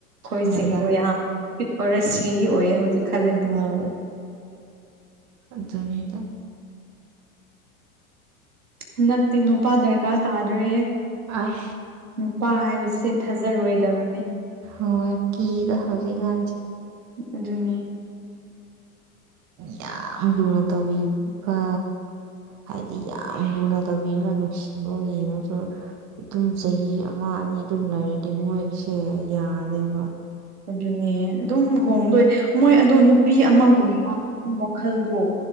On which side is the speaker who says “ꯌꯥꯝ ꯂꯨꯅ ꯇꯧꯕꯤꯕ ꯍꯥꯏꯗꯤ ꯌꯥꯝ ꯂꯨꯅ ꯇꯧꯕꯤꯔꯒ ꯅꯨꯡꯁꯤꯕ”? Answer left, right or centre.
Right